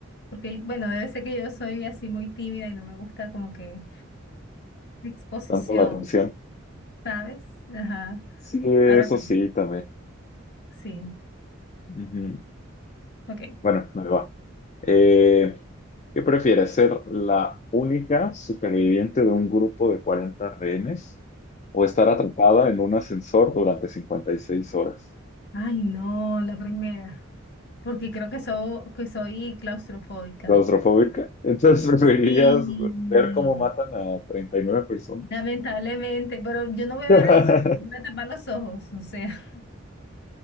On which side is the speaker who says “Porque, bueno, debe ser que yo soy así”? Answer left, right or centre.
Left